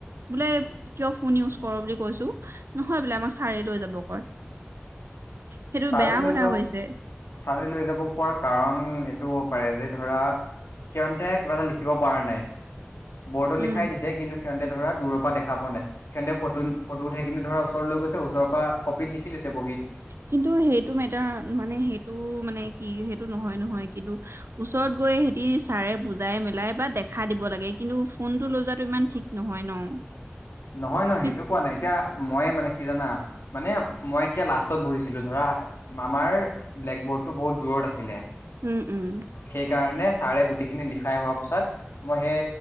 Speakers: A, on the right; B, on the left.
A: বোলে কিয় ফোন ইউজ কৰ বুলি কৈছো, নহয় বোলে আমাক চাৰি লৈ যাব কয়। সেইটো
B: ছাৰে
A: বেয়া
B: লৈ
A: কথা
B: যোৱা,
A: হৈছে
B: ছাৰে লৈ যাব কোৱাৰ কাৰণ এইটো হ'ব পাৰে যে ধৰা সিহতে কিবা এটা লিখিব পৰা নাই বৰ্ডত
A: উম
B: লিখাই দিছে কিন্তু সিহঁতে ধৰা দৰ পৰা দেখা প নাই, সিহতে ফটো-ফটো উঠাইিনে ধৰা ওচৰলৈৈ গৈছে, ওচৰ পৰা কপিত লি লৈছে বহিত।
A: কিন্তু সেইটো মেটাৰ, মানে সেইটো মানে কি সেইটো নহয়-নহয়। কিন্তু ওচৰত গৈ সিতি ছাৰে বুজাই মেলাই বা দেখা দিব লাগে কিন্তু ফোনটো লৈ যোৱাটো ইমান ঠিক নহয় ন।
B: নহয়-নহয়
A: পিছ
B: সেইটো কোৱা নাই, এতিয়া মইে মানে কি জানা, মানে মই এতিয়া লাষ্টত বহিছিলো ধৰা, আমাৰ ব্লেক বৰ্ডটো বহুত দূৰত আছিলে।
A: উম-উম
B: সেইকাৰণে ছাৰে গোটেইখিনি লিখাই হোৱা পাছত, মই সেই